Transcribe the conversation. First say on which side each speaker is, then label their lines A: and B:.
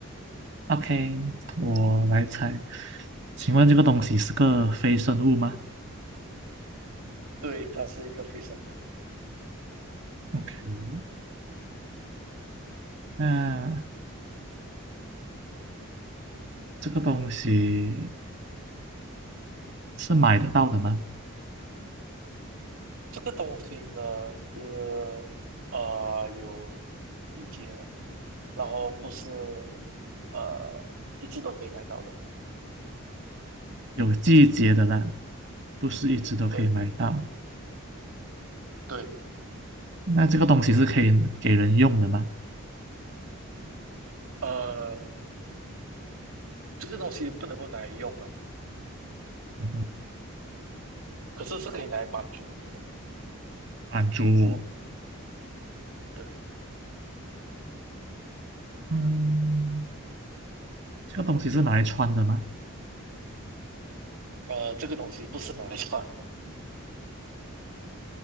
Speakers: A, on the right (about 55°); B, on the right (about 75°).
A: ？OK，我来猜。请问这个东西是个非生物吗
B: 对，它是一个非什么？
A: ？OK，那这个东西是买得到的吗？
B: 这个东西呢是呃有季节的然后不是呃一直都可以买到的。
A: 有季节的啦，不是一直都可以买到。
B: 对对，
A: 那这个东西是可以给人用的吗？
B: 呃，这个东西不能够拿来用啊，
A: 嗯哼，
B: 可是是可以拿来满足你的。
A: 满足我。
B: 对，
A: 嗯，这个东西是拿来穿的吗？
B: 呃，这个东西不是拿来穿的，